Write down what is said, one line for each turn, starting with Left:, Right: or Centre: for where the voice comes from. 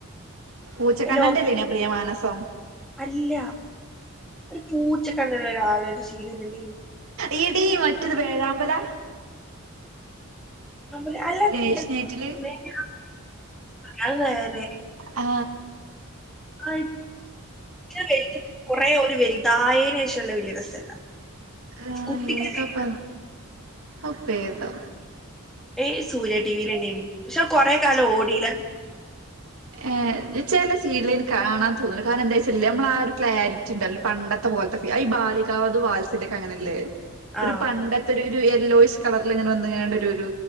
Right: പൂച്ചക്കണ്ണന്റെല്ലേനെ
Centre: അയില്
Right: പ്രിയമാനസം.
Centre: അല്ല ഒരു പൂച്ചക്കണ്ടുള്ള ഒരാള ഒരു സീരല്ണ്ടൈ നി
Right: ഇഈട മറ്റത് പേഴാമ്പലാ
Centre: ല അല്ല
Right: ഏഷ്യാനെറ്റില്
Centre: <unintelligible> അത് വേറെ
Right: ആ
Centre: ആ വലു കൊറെേ ഒരു വലുതായന ശേഷമുള്ള വീഡിയോ രസല്ല
Right: ആ
Centre: കുട്ടിക്കാലം
Right: ഏതാപ്പ അപ്പ ഏതാ
Centre: ഏയ്സൂര്യ ടിവിൽന്നെയനി പക്ഷെ കൊറെേ കാലം ഓടില്ല
Right: ആഏ എടി ചില സീരിയൽ കാണാ തോന്നുലാ കാരണം എന്താ വച്ച നമ്മള ആ ഒരു ക്ലാരിറ്റി ഉണ്ടല്ല പണ്ടത്തെ പോലത്തെ പാലിക്കാവത് വാത്സിലോക്കെ ഒക്കെ അങ്ങനെയല്ലേ
Centre: ആ
Right: ഒരു പണ്ടത്തെ ഒരു ഒരു യെല്ലോയിഷ് കളറൽ ഇങ്ങനെ വന്നങ്ങണ്ട ഒരു ഒരു